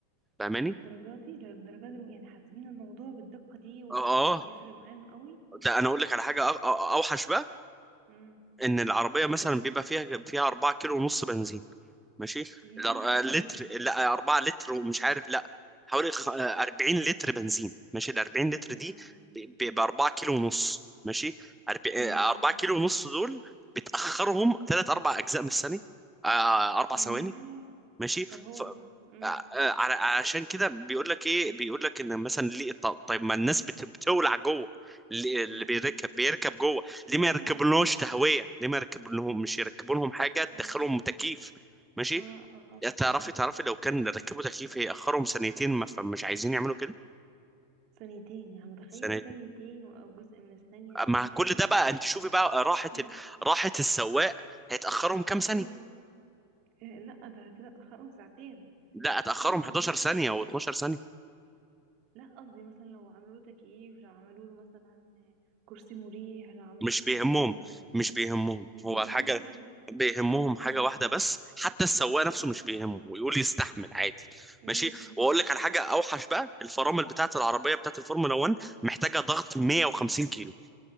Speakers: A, in the centre; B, on the right.
A: فاهماني
B: بالدرجه دي للدرجه دي يعني حاسبين الموضوع بالدقه دي وبيفرق
A: اه آه.
B: معاهم قوي
A: ده انا اقول لك على حاجه أو- أو- اوحش بقى
B: امم
A: ان العربيه مثلا بيبقى فيها فيها 4 كيلو ونص بنزين ماشي
B: ياه
A: الأر- آه،
B: كمان
A: لتر لا 4 لتر ومش عارف لا حوالي خ- آه، 40 لتر بنزين ماشي ال 40 لتر دي
B: اه اه
A: ب 4 كيلو ونص ماشي أرب- آه،
B: امم امم.
A: 4 كيلو ونص دول بتاخرهم ثلاث اربع اجزاء من الثانيه آه، اربع
B: ياه
A: ثواني ماشي
B: طب هو
A: ف...
B: امم
A: ع- ع- عشان كده بيقول لك ايه بيقول لك ان مثلا ليه طب, طيب ما الناس بت... بتولع جوه اللي اللي
B: <laughs>
A: بيركب بيركب جوه
B: فعلا
A: ليه ما يركبلناش تهويه ليه ما يركبلهم مش يركبولهم حاجه
B: هي-
A: تدخلهم تكييف ماشي
B: اه اه آه.
A: يا تعرفي تعرفي لو كان ركبوا تكييف هيأخرهم ثانيتين ما فمش عايزين يعملوا كده
B: ثانيتين يعني متخيل
A: ثانيتين
B: ثانيتين او جزء من الثانيه
A: مع
B: يعني
A: كل
B: كلام
A: ده بقى انت شوفي بقى راحه
B: <clears throat>
A: ال... راحه السواق هيتأخرهم كام ثانيه
B: امم إيه، لا ده كده اتأخرهم ساعتين
A: لا اتأخرهم
B: شوف الدرجات
A: 11 ثانيه
B: دي
A: او 12 ثانيه
B: لا قصدي مثلا لو عملوا تكييف لو عملوا له مثلا كرسي مريح لو عملوا
A: مش بيهمهم
B: كل الحاجات دي
A: مش بيهمهم
B: مش بيهمهم
A: هو الحاجة
B: خالص
A: بيهمهم حاجة
B: اه اه
A: واحدة بس حتى السواق نفسه مش بيهمه ويقول يستحمل عادي
B: امم
A: ماشي
B: امم
A: واقول لك على حاجة اوحش بقى الفرامل بتاعت العربية بتاعت الفورمولا 1 محتاجة ضغط
B: امم
A: 150 كيلو